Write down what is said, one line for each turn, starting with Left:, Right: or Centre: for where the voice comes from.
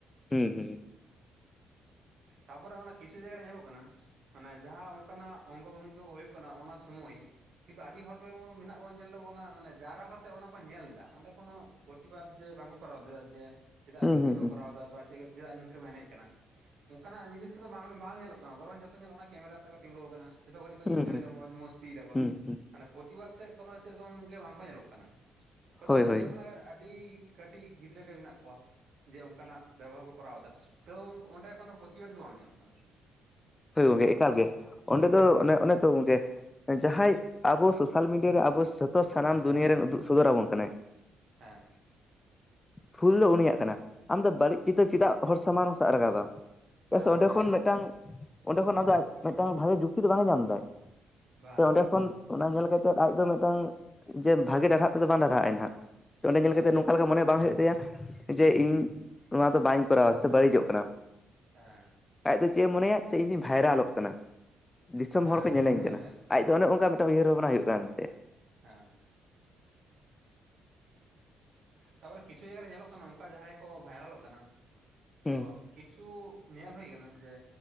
Left: ᱦᱩᱸ ᱦᱮᱸ
Right: ᱛᱟᱨᱯᱚᱨᱮ ᱚᱱᱟ ᱠᱤᱪᱷᱩ ᱡᱟᱭᱜᱟ ᱨᱮ ᱧᱮᱞᱚᱜ ᱠᱟᱱᱟ ᱢᱟᱱᱮ ᱡᱟᱦᱟᱸ ᱚᱱᱠᱟᱱᱟᱜ ᱚᱝᱜᱚ ᱵᱷᱚᱝᱜᱤ ᱦᱩᱭᱩᱜ ᱠᱟᱱᱟ ᱚᱱᱟ ᱥᱚᱢᱚᱭ ᱠᱤᱱᱛᱩ ᱟᱹᱰᱤ ᱦᱚᱲ ᱜᱮ ᱵᱚ ᱢᱮᱱᱟᱜ ᱵᱚᱱ ᱧᱮᱞ ᱮᱫᱟᱵᱚ ᱚᱱᱟ ᱢᱟᱱᱮ ᱡᱟᱨᱟ ᱵᱟᱛ ᱚᱱᱟ ᱠᱚ ᱧᱮᱞ ᱮᱫᱟ ᱚᱸᱰᱮ ᱠᱚᱱᱚ ᱯᱨᱚᱛᱤᱵᱟᱫᱽ ᱡᱮ ᱵᱟᱝᱠᱚ ᱠᱚᱨᱟᱣ ᱮᱫᱟ ᱡᱮ ᱪᱮᱫᱟᱜ
Left: ᱦᱩᱸ
Right: ᱱᱤᱝᱠᱟᱹ
Left: ᱦᱩᱸ ᱦᱩᱸ ᱦᱩᱸ
Right: ᱠᱚᱨᱟᱣ ᱮᱫᱟ ᱵᱟ ᱪᱮᱫᱟᱜ ᱱᱤᱝᱠᱟᱹ ᱮᱱᱮᱡ ᱠᱟᱱᱟ ᱚᱱᱠᱟᱱᱟᱜ ᱡᱤᱱᱤᱥ ᱠᱚᱫᱚ ᱵᱟᱝ ᱵᱟᱝ ᱧᱮᱞᱚᱜ ᱠᱟᱱᱟ ᱵᱚᱨᱚᱱ ᱡᱷᱚᱛᱚ ᱧᱮᱞᱚᱜ ᱠᱟᱱᱟ ᱠᱮᱢᱮᱨᱟ ᱛᱮᱠᱚ ᱛᱤᱸᱜᱩ ᱟᱠᱟᱱᱟ ᱡᱚᱛᱚ ᱠᱟᱴᱤᱡ ᱠᱚ
Left: ᱦᱩᱸ
Right: ᱤᱱᱡᱚᱭᱮᱫᱟ
Left: ᱦᱩᱸ
Right: ᱢᱚᱡᱽ ᱢᱟᱥᱛᱤᱭ ᱮᱫᱟ ᱠᱚᱣᱟ
Left: ᱦᱩᱸ
Right: ᱯᱚᱛ ᱯᱨᱚᱛᱤᱵᱟᱫ ᱥᱮᱫ ᱠᱳᱱᱳ ᱥᱮᱨᱚᱠᱚᱢ ᱜᱮ ᱵᱟᱝ ᱠᱚ ᱧᱮᱞᱚᱜ ᱠᱟᱱᱟ ᱚᱠᱚᱭ
Left: ᱦᱳᱭ
Right: ᱫᱚ
Left: ᱦᱳᱭ
Right: ᱧᱮᱞᱚᱜ ᱠᱟᱱᱟ ᱟᱹᱰᱤ ᱠᱟᱹᱴᱤᱡ ᱜᱤᱫᱽᱨᱟᱹ ᱜᱮ ᱢᱮᱱᱟᱜ ᱠᱚᱣᱟ ᱡᱮ ᱚᱱᱠᱟᱱᱟᱜ ᱵᱮᱵᱚᱦᱟᱨ ᱠᱚ ᱠᱚᱨᱟᱣ ᱫᱟ ᱛᱟᱣ ᱚᱸᱰᱮ ᱠᱳᱱᱳ ᱯᱨᱚᱛᱤᱵᱟᱫ ᱜᱮ ᱵᱟᱝ ᱧᱮᱞᱚᱜ ᱠᱟᱱᱟ
Left: ᱦᱳᱭ ᱜᱚᱝᱠᱮ ᱮᱠᱟᱞ ᱜᱮ ᱚᱸᱰᱮ ᱫᱚ ᱚᱱᱮ ᱚᱱᱮ ᱛᱚ ᱜᱚᱝᱠᱮ ᱡᱟᱦᱟᱸᱭ ᱟᱵᱚ ᱥᱳᱥᱟᱞ ᱢᱤᱰᱤᱭᱟ ᱨᱮ ᱟᱵᱚ ᱡᱚᱛᱚ ᱥᱟᱱᱟᱢ ᱫᱩᱱᱤᱭᱟᱹ ᱨᱮᱱ ᱩᱫᱩᱜ ᱥᱚᱫᱚᱨᱟᱵᱚᱱ ᱠᱟᱱᱟᱭ
Right: ᱦᱮᱸ
Left: ᱵᱷᱩᱞ ᱫᱚ ᱩᱱᱤᱭᱟᱜ ᱠᱟᱱᱟ ᱟᱢᱫᱚ ᱵᱟᱹᱲᱤᱡ ᱪᱤᱛᱟᱹᱨ ᱪᱮᱫᱟᱜ ᱦᱚᱲ ᱥᱟᱢᱟᱝ ᱦᱚᱸ ᱥᱟᱵ ᱨᱟᱠᱟᱵ ᱫᱟ ᱪᱮᱫᱟᱜ
Right: ᱦᱮᱸ
Left: ᱥᱮ ᱚᱸᱰᱮ
Right: ᱚᱱᱟ
Left: ᱠᱷᱚᱱ
Right: ᱜᱮᱛᱚ
Left: ᱢᱤᱫᱴᱟᱝ ᱚᱸᱰᱮ ᱠᱷᱚᱱ ᱟᱫᱚ ᱢᱤᱫᱴᱟᱝ ᱵᱷᱟᱜᱮ ᱡᱩᱠᱛᱤ ᱫᱚ ᱵᱟᱝᱮ ᱧᱟᱢ ᱫᱟᱭ
Right: ᱵᱟᱝ
Left: ᱥᱮ ᱚᱸᱰᱮ ᱠᱷᱚᱱ ᱚᱱᱟ ᱧᱮᱞ ᱠᱟᱛᱮᱫ ᱟᱡ ᱫᱚ ᱢᱤᱫᱴᱟᱝ ᱡᱮ ᱵᱷᱟᱜᱮ ᱰᱟᱦᱟᱨ ᱛᱮᱫᱚ ᱵᱟᱝ ᱰᱟᱦᱟᱜᱼᱟᱭ ᱱᱟᱱᱟᱜ ᱚᱸᱰᱮ ᱧᱮᱞ
Right: ᱵᱟᱝ
Left: ᱠᱟᱛᱮᱜ ᱱᱚᱝᱠᱟ ᱞᱮᱠᱟ ᱢᱚᱱᱮ ᱵᱟᱝ ᱦᱩᱭᱩᱜ ᱛᱟᱭᱟ ᱡᱮ ᱤᱧ ᱱᱚᱣᱟ ᱫᱚ ᱵᱟᱹᱧ ᱠᱚᱨᱟᱣᱟ ᱥᱮ ᱵᱟᱹᱲᱤᱡᱚᱜ ᱠᱟᱱᱟ
Right: ᱦᱮᱸ
Left: ᱟᱡ ᱫᱚ ᱪᱮᱫ ᱮ ᱢᱚᱱᱮᱭᱟ ᱤᱧᱫᱩᱧ ᱵᱷᱟᱭᱨᱟᱞᱚᱜ ᱠᱟᱱᱟ ᱫᱤᱥᱚᱢ
Right: ᱦᱮᱸ
Left: ᱦᱚᱲ ᱠᱚ
Right: ᱩᱱᱤ
Left: ᱧᱮᱞᱮᱧ
Right: ᱫᱚ ᱢᱚᱱᱮ
Left: ᱠᱟᱱᱟ
Right: ᱫᱟᱭ ᱛᱚ
Left: ᱟᱡ ᱫᱚ ᱚᱱᱮ ᱚᱱᱠᱟ ᱩᱭᱦᱟᱹᱨ ᱵᱷᱟᱵᱽᱱᱟ ᱦᱩᱭᱩᱜ ᱠᱟᱱᱛᱮ
Right: ᱦᱮᱸ ᱛᱟᱯᱚᱨᱮ ᱠᱤᱪᱷᱩ ᱡᱟᱭᱜᱟ ᱨᱮ ᱧᱮᱞᱚᱜ ᱠᱟᱱᱟ ᱚᱱᱠᱟ ᱡᱟᱦᱟᱸᱭ ᱠᱚ ᱵᱷᱟᱭᱨᱟᱞᱚᱜ ᱠᱟᱱᱟ
Left: ᱦᱩᱸ
Right: ᱛᱚ ᱠᱤᱪᱷᱩ ᱧᱮᱞ ᱦᱩᱭ ᱠᱟᱱᱟ ᱡᱮ